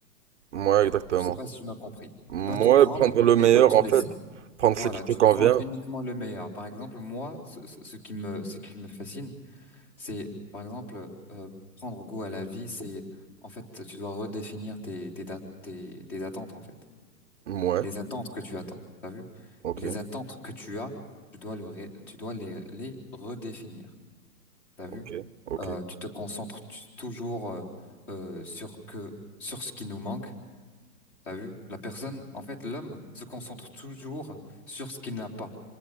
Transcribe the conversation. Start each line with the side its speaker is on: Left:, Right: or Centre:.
Right: ouais, exactement.
Left: Je sais pas si tu m'as compris.
Right: Ouais,
Left: Pas tout prendre
Right: prendre le meilleur
Left: et pas tout
Right: en
Left: laisser.
Right: fait, prendre
Left: Voilà,
Right: ce qui te
Left: tu
Right: convient.
Left: prends uniquement le meilleur. Par exemple, moi, ce, ce- ce qui me, ce qui me fascine, c'est, par exemple, euh, prendre goût à la vie, c'est, en fait, tu dois redéfinir tes, tes, dat- tes, tes attentes, en fait.
Right: Ouais,
Left: Les attentes que tu attends, t'as vu?
Right: ok,
Left: Les attentes que tu as, tu dois le ré- tu dois les, les redéfinir. T'as vu?
Right: ok, ok.
Left: Euh, tu te concentres tu- toujours euh, euh, sur que sur ce qui nous manque. T'as vu? La personne, en fait, l'homme se concentre toujours sur ce qu'il n'a pas,